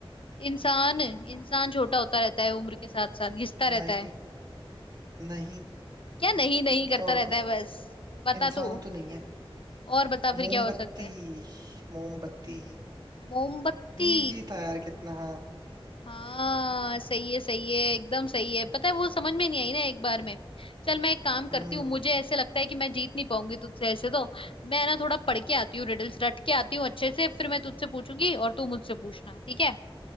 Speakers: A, on the left (about 65°); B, on the right (about 45°).
A: इंसान इंसान छोटा होता रहता है उम्र के साथ साथ घिसता रहता
B: नहीं
A: है
B: नहीं
A: क्या नहीं नहीं करता
B: और
A: रहता
B: कुछ
A: है बस बता
B: इंसान
A: तू
B: तो नहीं है
A: और बता फिर
B: मोमबत्ती
A: क्या हो सकता है
B: मोमबत्ती
A: मोमबत्ती
B: इजी था यार कितना है
A: हाँ सही है सही है एकदम सही है पता है वो समझ में नहीं आई ना एक बार में चल मैं एक काम करती
B: हम्म
A: हूँ मुझे ऐसे लगता है कि मैं जीत नहीं पाऊंगी तुझसे ऐसे तो मैं ना थोड़ा पढ़ के आती हूँ रिडल्स रट के आती हूँ अच्छे से फिर मैं तुझसे पूछूंगी और तू मुझसे पूछना ठीक है